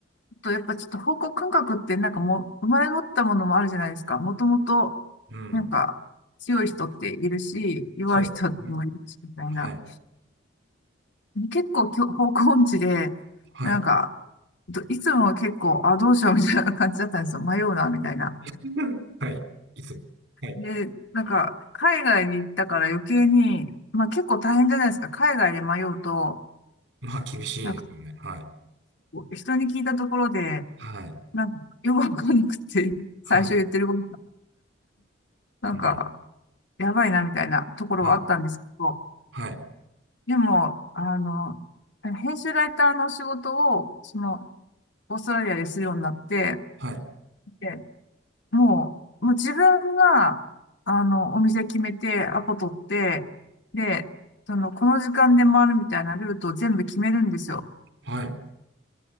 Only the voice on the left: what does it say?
あとやっぱちょっと方向感覚ってなんかもう生まれ持ったものもあるじゃないですか。もともと、
なんか強い人っているし、弱い人もいるし、
みたいな。
結構きょ方向音痴で、
なんか、どいつも結構、あ、どうしようみたいな感じだったんですよ。迷うな、みたいな。
で、なんか、海外に行ったから余計に、まあ結構大変じゃないですか。海外で迷うと、
なんか、
人に聞いたところで、
なんか、よくわかんなくて、
最初言ってることが、なんか、
やばいなみたいなところはあったんですけど、
でも、あの、編集ライターの仕事を、その、オーストラリアでするようになって、
で、もう、もう自分が、あの、お店決めて、アポ取って、で、その、この時間で回るみたいなルートを全部決めるんですよ。